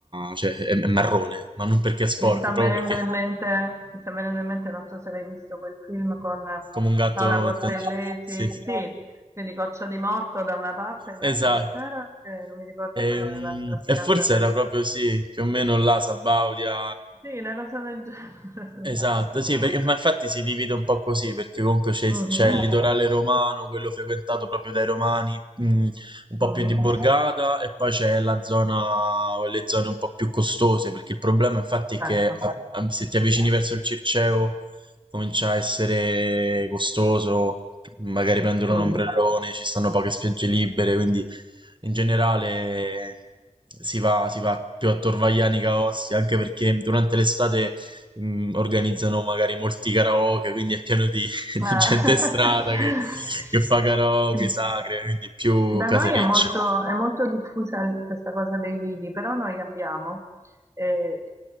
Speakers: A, on the right; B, on the right.
A: cioè è è marrone, ma non perché è sporco,
B: Mi sta
A: proprio
B: venendo
A: perché
B: in mente, mi sta venendo in mente, non so se l'hai visto quel film con
A: come un gatto
B: Paola Portellesi,
A: intanto. Sì, sì.
B: sì, quindi Coccia di Morto da una parte e l'altra
A: Esatto.
B: cos'era? Che non mi ricordo
A: E,
B: qual era
A: mm,
B: l'altra spiaggia.
A: e forse
B: Quella.
A: era proprio sì, più o meno là, Sabaudia.
B: Sì, una cosa del genere.
A: Esatto,
B: <laughs> Sembrava.
A: sì, perché, ma infatti si divide un po' così, perché comunque c'è
B: Mhm,
A: c'è il litorale romano, quello frequentato proprio dai romani, mm, un po'
B: mhm,
A: più di borgata, e poi c'è la zona, le zone un po' più costose, perché il problema infatti è che
B: Ecco.
A: a- a- se ti avvicini verso il Circeo comincia a essere costoso, magari prendere
B: Mm.
A: un ombrellone, ci stanno poche spiagge libere, quindi in generale si va, si va più a Torvagliani che a Ostia, anche perché durante l'estate mh, organizzano magari molti karaoke, quindi è pieno di, <laughs> di
B: Ah.
A: gente
B: <laughs>
A: in strada che, che fa karaoke,
B: Sì.
A: sacre, quindi è più
B: Da
A: casereccio.
B: noi è molto, è molto diffusa l- questa cosa dei lidi, però noi abbiamo, eh,